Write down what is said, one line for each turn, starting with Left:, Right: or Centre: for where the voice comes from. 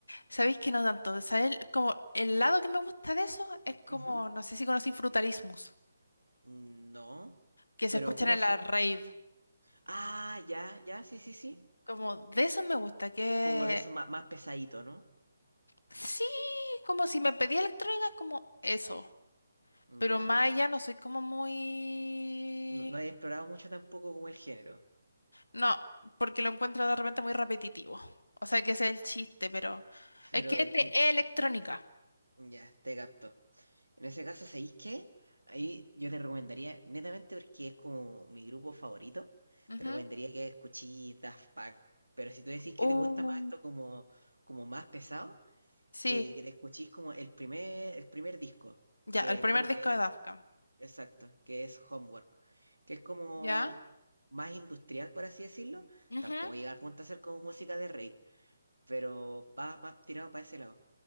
Left: Sabéis que no tanto. ¿Sabéis? Como el lado que me gusta de eso es
Right: Mm,
Left: como,
Right: ujú.
Left: no sé si conocí Frutalismus,
Right: Mm, No.
Left: que se
Right: Pero
Left: escuchan
Right: ¿cómo
Left: en
Right: suenan?
Left: la rave.
Right: Ah, ya, ya, sí, sí, sí.
Left: Como de eso me gusta, que
Right: Como de eso más, más pesadito, ¿no?
Left: sí, como si me pedía electrónica, es como eso.
Right: Mm,
Left: Pero
Right: Ya.
Left: más allá no soy como muy
Right: No, no he explorado mucho tampoco como el género.
Left: No, porque lo encuentro de repente muy repetitivo. O sea, que ese es el chiste, pero
Right: Pero
Left: es que este
Right: mira,
Left: es electrónica.
Right: ya, te capto. En ese caso, ¿sabéis qué? Ahí yo te recomendaría, netamente porque es como mi grupo favorito,
Left: Ujú.
Right: te recomendaría que escuchís Daft Punk. Pero si tú decís que
Left: Uh,
Right: te gusta más esto como, como más pesado,
Left: Sí,
Right: eh, que te escuchís como el primer, el primer disco,
Left: ya,
Right: que
Left: el primer
Right: creo
Left: disco
Right: que
Left: de
Right: es,
Left: Daft Punk.
Right: exacto, que es Homework, que es como
Left: ya
Right: más industrial, por así decirlo.
Left: Ujú.
Right: Tampoco llega al punto de ser como música de rave, pero va más tirado para ese lado.